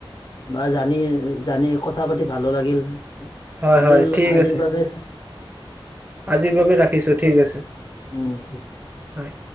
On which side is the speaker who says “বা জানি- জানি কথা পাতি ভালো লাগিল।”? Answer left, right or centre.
Left